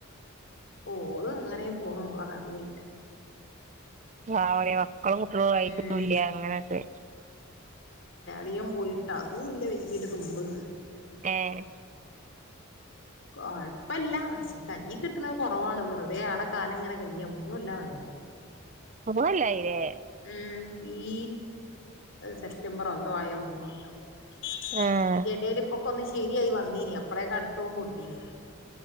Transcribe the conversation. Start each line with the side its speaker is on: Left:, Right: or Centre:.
Left: ഓള് അങ്ങനേ പോണ്. ഓളെ കഥേയ്ട്ട്.
Right: പാവാ ടീ മ ക്കളും കുട്ടിയേളും ആയിട്ടൂല്ല്യ.
Left: ഉം
Right: അങ്ങന ങ്ങട്ട്
Left: ളിയൻ പോയിട്ട് അതൂ ല്ല വല്യൊരു തുമ്പ്.
Right: ഏഹ്
Left: കൊഴ്പ്പല്ല. പക്ഷേ കൈയ് കിട്ടണത് കുറവാണ്. വെറുതെ ആട കാലം ഇങ്ങനെ കയ്യാ. മൂന്നു കൊല്ലവാനായി പോയിട്ട്.
Right: ത് കൊല്ലം ആയില്ലേ?
Left: ഉം ഈ സെപ്റ്റംബർ എന്തോ ആയ മൂന്നു കൊല്ലം ആവും
Right: ആഹ്
Left: അയിൻ്റെടയിലിപ്പ ക്കൊന്ന് ശരിയായി വന്നീനി അപ്പോളേക്കും അടുത്ത പൊ യിലേ.